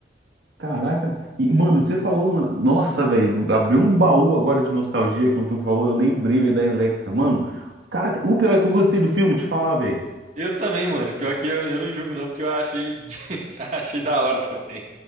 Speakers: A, on the right; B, on the right.
A: Caraca. E, mano, você falou, mano. Nossa, velho. Abriu um baú agora de nostalgia quando tu falou. Eu lembrei, velho, da Electra. Mano, cara, o pior é que eu gostei do filme, te falar, velho.
B: Eu também, mano. Pior que eu, eu não julgo, não, porque eu achei, <laughs> achei da hora também.